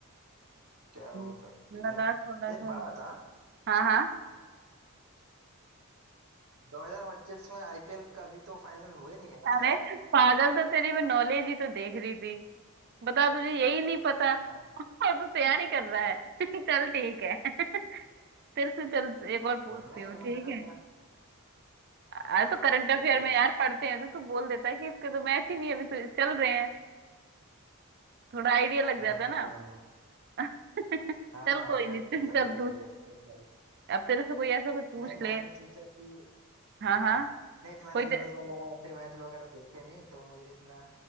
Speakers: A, on the right; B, on the right.
A: क्या हो
B: हम्म,
A: सकती
B: लगा
A: है
B: थोड़ा
A: एक
B: सा
A: बात बता
B: हाँ हाँ
A: 2025 में आईपीएल का अभी तो फाइनल हुए नहीं है ना
B: अरे
A: शायद
B: पागल तो तेरी मैं नॉलेज ही तो देख रही थी बता तुझे यही नहीं पता <laughs>
A: अच्छा,
B: और तू तैयारी कर रहा है <laughs> चल ठीक है <laughs> तेरे से चल एक और पूछती
A: नहीं
B: हूँ ठीक
A: मैंने सोचा
B: है आ
A: हाँ
B: तो करंट
A: चल
B: अफेयर
A: पूछ
B: में यार पढ़ते हैं तो तू बोल देता है कि इसके तो मैच ही नहीं है, अभी तो चल रहे हैं थोड़ा आइडिया लग
A: हम्म
B: जाता है ना <laughs>
A: हाँ
B: चल
A: हाँ
B: कोई
A: सही
B: नहीं चल
A: सही
B: चल
A: कह
B: तू
A: रही है सही कह रही
B: अब तेरे से कोई ऐसा कोई पूछ
A: है। नहीं
B: ले
A: मैंने सोचा कि
B: हाँ
A: हाँ
B: हाँ
A: नहीं मैंने
B: कोई
A: न्यूज़
B: ते-
A: वगैरह ऐसे मैच वगैरह देखे नहीं तो मुझे इतना